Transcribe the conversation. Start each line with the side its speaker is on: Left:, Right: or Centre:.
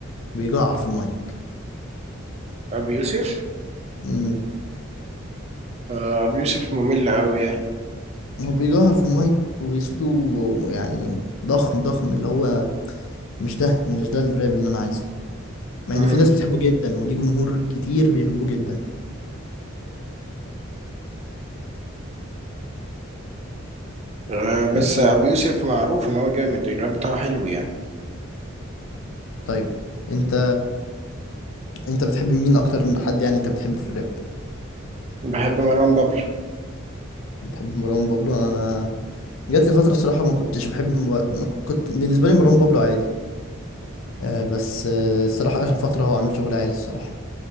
Left: بيجعر في المايك
Right: أبو يوسف؟
Left: امم
Right: آه، أبو يوسف ممل أوي يعني
Left: هو بيجعر في المايك وصوته يعني ضخم ضخم اللي هو مش ده مش ده الراب اللي انا عايزه مع
Right: مم.
Left: ان في ناس بتحبه جدا وليه جمهور كتير بيحبوه جدا
Right: آه، بس
Left: انت
Right: أبو يوسف معروف إن هو جامد الراب بتاعه حلو يعني
Left: طيب انت انت بتحب مين اكتر حد يعني انت بتحبه في الراب
Right: بحب مروان بابلو
Left: بتحب مروان بابلو انا أنا جات لي فتره الصراحه ما كنتش بحب ما كنت بالنسبه لي مروان بابلو عادي آه، بس آه، الصراحة آخر فترة هو عامل شغل عالي الصراحة